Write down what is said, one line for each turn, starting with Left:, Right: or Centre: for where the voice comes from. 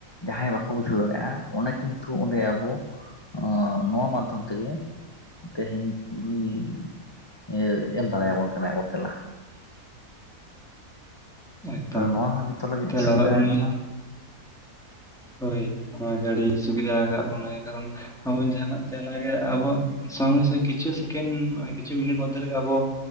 Left: ᱡᱟᱦᱟᱸᱭ ᱵᱟᱠᱚ ᱵᱩᱡᱷᱟᱹᱣ ᱫᱟᱲᱮᱭᱟᱜᱼᱟ, ᱚᱱᱟ ᱠᱤᱱᱛᱩ ᱚᱸᱰᱮ ᱟᱵᱚ ᱚ, ᱱᱚᱣᱟ ᱢᱟᱫᱽᱫᱷᱚᱢ ᱛᱮᱜᱮ᱾ ᱛᱮᱦᱮᱧ ᱩᱱᱤ ᱤᱭᱟᱹ ᱮᱢ ᱫᱟᱲᱮᱭᱟᱵᱚᱱ ᱠᱟᱱᱟᱭ ᱟᱵᱚ ᱛᱮᱞᱟ᱾
Centre: ᱮᱠᱫᱚᱢ
Left: ᱛᱚ ᱱᱚᱣᱟ ᱦᱚᱸ ᱡᱚᱛᱚ ᱞᱟᱹᱜᱤᱫ
Centre: ᱛᱮᱞᱟ
Left: ᱥᱩᱵᱤᱫᱷᱟ
Centre: ᱱᱤᱭᱟᱹ
Left: ᱠᱟᱱᱟ᱾
Centre: ᱦᱳᱭ ᱱᱚᱣᱟ ᱜᱟᱹᱰᱤ ᱥᱩᱵᱤᱫᱷᱟ ᱟᱠᱟᱫ ᱵᱚᱱᱟᱭ, ᱠᱟᱨᱚᱱ ᱟᱵᱚ ᱡᱟᱦᱟᱱᱟᱜ ᱛᱮᱞᱟᱜᱮ ᱟᱵᱚᱣᱟᱜ ᱥᱚᱜᱮ ᱥᱮ ᱠᱤᱪᱩ ᱥᱮᱠᱮᱱᱰ, ᱢᱟᱱᱮ ᱠᱤᱪᱩ ᱢᱤᱱᱤᱴ ᱢᱳᱫᱷᱮ ᱨᱮᱜᱮ ᱟᱵᱚ